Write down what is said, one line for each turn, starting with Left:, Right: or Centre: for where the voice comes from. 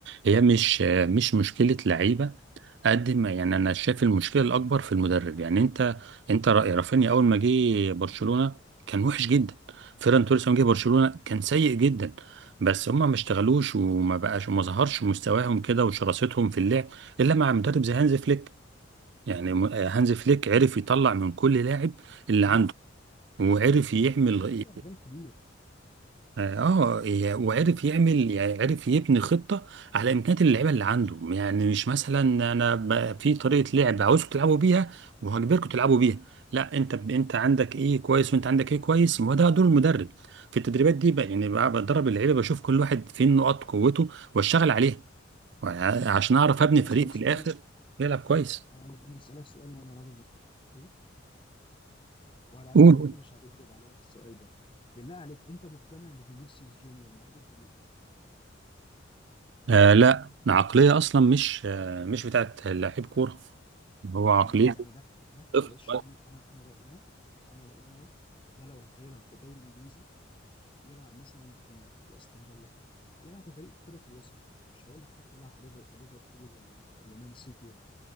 Right: هي مش مش مشكلة لعيبة قد ما يعني انا شايف المشكله الاكبر في المدرب يعني انت انت رأي رافينيا اول ما جه برشلونه كان وحش جدا فيران توريس لما جه برشلونه كان سيء جدا بس هما ما اشتغلوش وما بقاش وما ظهرش مستواهم كده وشراستهم في اللعب الا مع مدرب زي هانز فليك يعني م- هانز فليك عرف يطلع من كل لاعب اللي
Left: عظيم
Right: عنده وعرف يعمل
Left: بالظبط لا ده مدرب كبير
Right: اه يا- وعرف يعمل يعني عرف يبني خطه على امكانيات اللعيبه اللي عنده يعني مش مثلا انا ب- في طريقه لعب عاوزكم تلعبوا بيها وهجبركم تلعبوا بيها لا انت ب- انت عندك ايه كويس وانت عندك ايه كويس وده دور المدرب في التدريبات دي بقى يعني بقى بدرب اللعيبه بشوف كل واحد فين نقاط قوته واشتغل عليها وع- عشان اعرف ابني
Left: طب انا
Right: فريق
Left: اسالك
Right: في
Left: سؤال
Right: الاخر يلعب كويس
Left: انا أنا اسالك سؤال وانا راضي عنك. اوكي وانا عارف
Right: قول
Left: ان انت مش هتكذب عليا في السؤال ده بالله عليك انت مقتنع ان فينيسيوس جونيور مهاجم كبير
Right: آه لا عقليه اصلا مش آه مش بتاعت لعيب كوره هو عقليته
Left: يعني يعني ده ده
Right: طفل
Left: معلش يعني انا انا رايي انا انا رايي انا ده ده لو هيلعب في الدوري الانجليزي يلعب مثلا في استون فيلا يلعب في فريق كده في الوسط يعني مش هقول لك حتى يلعب في ليفر- ليفربول ولا ولا مان سيتي ولا